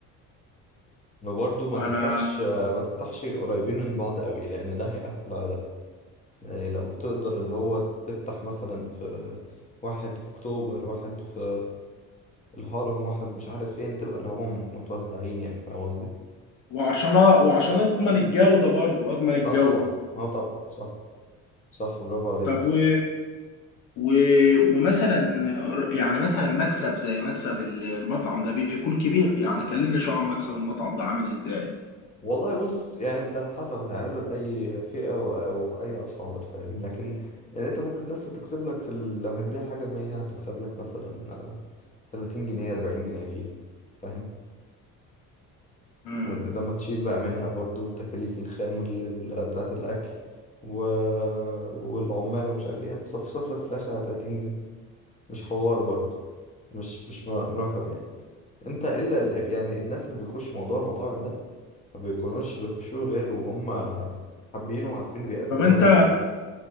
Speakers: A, on the left; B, on the left.
A: وبرضو ما تفتحش
B: انا
A: آه، ما تفتحش قريبين من بعض قوي لأن ده هيقفل على ده يعني لو تقدر اللي هو تفتح مثلا في واحد في أكتوبر واحد في الهرم واحد مش عارف فين تبقى اللي هم متوزعين يعني فاهم قصدي؟
B: وعشان وعشان اضمن الجودة برضو اضمن الجودة
A: اه طبعا اه طبعا صح صح برافو عليك
B: طب و... و... ومثلا يعني مثلا مكسب زي مكسب المطعم ده بيكون كبير يعني كلمني شو عن مكسب المطعم ده عامل ازاي
A: والله بص يعني انت على حسب هتعمله لأي فئة و- أو بأي أسعار فاهم لكن يعني انت ممكن الناس تكسب لك في ال... لو هتبيع حاجة مية هتكسب لك مثلا تلاتين جنيه أربعين جنيه فيها فاهم
B: امم
A: وانت لما تشيل بقى منها برضو تكاليف الخام ال- ال- بتاعة الأكل و... والعمال ومش عارف ايه هتصفصف لك في الآخر على تلاتين جنيه مش حوار برضو مش مش م- رقم يعني انت الا ال- يعني الناس اللي بيخش موضوع المطاعم ده ما بيكونوش بيخشوه غير وهم حابينه وعارفين بيقدموا
B: طب انت
A: ايه للناس